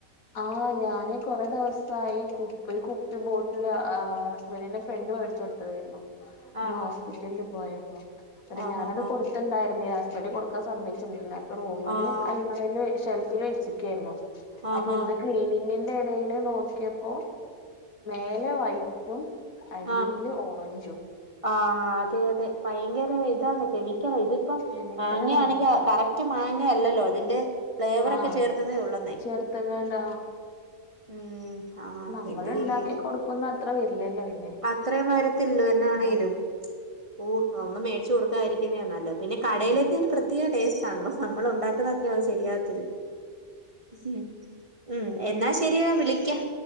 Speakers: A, on the left; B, on the right.
A: ആഹ് ഞാന് കൊറെ ദിവസ് സായി കുപ്പി ഒരു കുപ്പി ബോട്ടിൽ ഏഹ് ഹസ്ബൻഡിന്റെ ഫ്രണ്ട് മേടിച്ചു കൊടുത്തതേര്ന്നു. അന്ന്
B: ആഹ്
A: ഹോസ്പിറ്റലില്
B: ആഹ്
A: പോയപ്പോ എന്നിട്ട്
B: ആഹ്
A: ഞാനത്
B: ആഹ് ആഹ്
A: കൊടു ത്ത്ണ്ടായിരുന്നില്ല. ഹസ്ബൻ്റ് കൊടുക്കാൻ സമ്മയിച്ചിണ്ടല്ല. അപ്പൊ റൂമില്
B: ആഹ്
A: അൽമാ രേല് ഷെൽഫിൽ വെച്ചെക്കേര്ന്നു.
B: ആഹ്
A: അപ്പ
B: ആഹ്
A: ഇന്ന് ക്ലീനിങ്ങിന്റെ എടെയില് നോക്കിയപ്പോ മേലെ വൈ റ്റും അടിയില്
B: ആഹ്
A: ഓറഞ്ചും.
B: ആഹ് അതെ അതെ ഭയങ്കര ഇതാന്ന് കെമിക്കലാ ഇതിപ്പം
A: കെമിക്കലാണ്
B: വാങ്ങാണെങ്കി അ കറക് റ്റ് മാങ്ങയല്ലല്ലോ അതിന്റെ ഫ്ലേവറൊക്കെ
A: ആഹ്
B: ചേർക്കുന്നെ ഉള്ളന്നേ.
A: ചേർത്തങ്ങാണ്ട്
B: ഉം
A: നമ്മള്ണ്ടാക്കി
B: ചെയ്യാൻ
A: കൊടുക്കുന്ന അത്ര വരില്ലല്ലോ പിന്നെ.
B: അത്രയും വരത്തില്ലല്ലോ എന്നാണേലും
A: ആഹ്
B: ഓഹ് അഒന്നും മേടിച്ച് കൊടുക്കായിരിക്കുന്നെയാ നല്ലത്. പിന്നെ കടയിലത്തേന്
A: ഉം
B: പ്രത്യേക ടേസ്റ്റ് ആണല്ലോ നമ്മൾ ഉണ്ടാക്കുന്ന അത്രേം അത് ശരിയാവത്തില്ലല്ലോ. ഉഹും ഉം എന്നാ ശരിയെടാ വിളിക്ക്യാ.